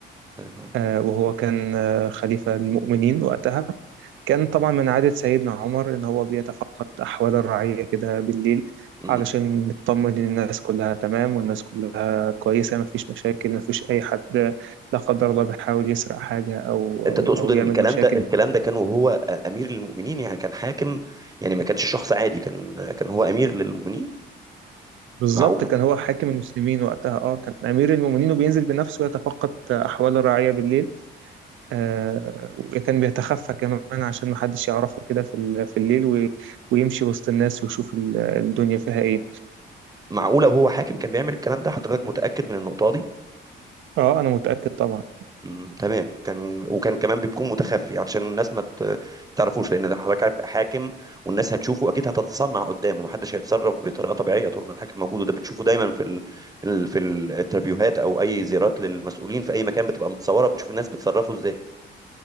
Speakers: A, on the right; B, on the right.
A: م-م.
B: آه، وهو كان آه، خليفة للمؤمنين وقتها كان طبعا من عادة سيدنا عمر إن هو بيتفقد أحوال الرعية كده بالليل
A: م-م.
B: علشان يطمن إن الناس كلها تمام والناس كلها كويسة مفيش مشاكل مفيش أي حد لا قدر الله بيحاول يسرق حاجة أو
A: انت
B: أو
A: تقصد
B: أو
A: ان
B: يعمل
A: الكلام
B: مشاكل
A: ده الكلام ده كان وهو امير للمؤمنين يعني كان حاكم يعني ما كانش شخص عادي كان كان هو امير للمؤمنين
B: بالظبط
A: معقوله
B: كان هو حاكم المسلمين وقتها أه كان أمير المؤمنين وبينزل بنفسه يتفقد أحوال الرعية بالليل آه، وكان بيتخفى كمان عشان محدش يعرفه كده في ال- في الليل و- ويمشي وسط الناس ويشوف ال- الدنيا فيها ايه
A: معقوله وهو حاكم كان بيعمل الكلام ده حضرتك متاكد من النقطه دي
B: اه انا متأكد طبعا
A: مم. تمام كان وكان كمان بيكون متخفي علشان الناس ما ت- ما تعرفوش لان ده حضرتك عارف حاكم والناس هتشوفه اكيد هتتصنع قدامه محدش هيتصرف بطريقه طبيعيه طول ما الحاكم موجود وده بنشوفه دايما في ال... ال- في الانترفيوهات او اي زيارات للمسؤولين في اي مكان بتبقى متصوره بنشوف الناس بتصرفوا ازاي